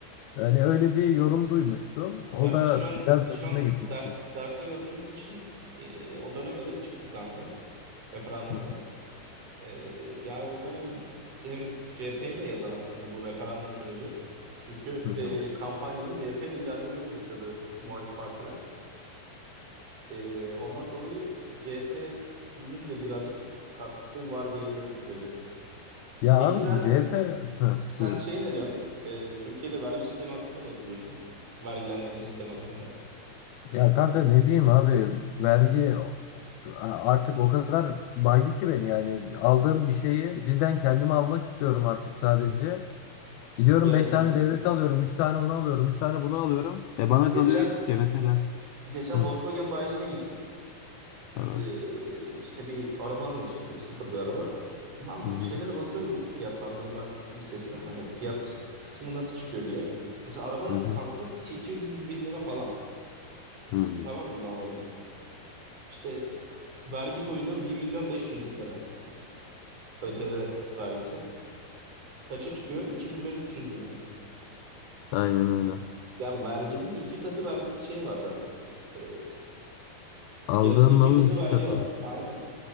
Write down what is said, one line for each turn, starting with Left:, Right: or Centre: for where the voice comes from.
Left: hani öyle bir yorum duymuştum. O
Right: Ya
Left: da
Right: biz şu an
Left: biraz
Right: biz
Left: garibime
Right: şu an
Left: gitmişti.
Right: ders derste gördüğümüz için e, o dönem evet çıktı kanka referandumdan.
Left: Hı hı
Right: Ee, yani o dönem hem CHP'ye de yazar aslında bu referandum süreci. Çünkü
Left: hı hı.
Right: e, kampanyayı CHP liderliğinde yönetiyordu muhalif partiler. Ee, ondan dolayı CHP'nin de birazcık katkısı var diyebilirim sürece.
Left: Ya
Right: Peki
Left: abi
Right: sen
Left: bu CHP hı,
Right: sen
Left: buyur.
Right: şey ne diyorsun? Ee, Türkiye'de vergi sistemi hakkında ne diyorsun? Vergilendirme sistemi hakkında.
Left: Ya kanka ne diyeyim abi vergi artık o kadar baydı ki beni yani aldığım bir şeyi cidden kendime almak istiyorum artık sadece. Gidiyorum
Right: Ya
Left: 5
Right: dü-
Left: tane devleti alıyorum. üç tane onu alıyorum. üç tane bunu alıyorum. E bana
Right: geçen
Left: kalıyor hiçbir şey. Mesela.
Right: geçen
Left: Hı,
Right: Volkswagen bayisine gittik.
Left: evet.
Right: Ee, işte bir araba almak istiyorduk sıfır bir araba. Lan
Left: Hı hı.
Right: şeylere bakıyorum fiyatlandırma listesine hani fiyat kısmı nasıl çıkıyor diye. Mesela araba
Left: Hı hı.
Right: kanka 800 bin lira falan
Left: Hı.
Right: tamam mı normali? İşte vergi koyuluyor 1 milyon 500 bin lira ÖTV vergisi. Kaça çıkıyor? 2 milyon 300 bin mi?
Left: Aynen öyle.
Right: Yani verginin iki katı vergi şey var zaten. Ee,
Left: Aldığın
Right: fiyatın iki
Left: malın
Right: katı
Left: iki
Right: vergi
Left: katı.
Right: var. Aynen.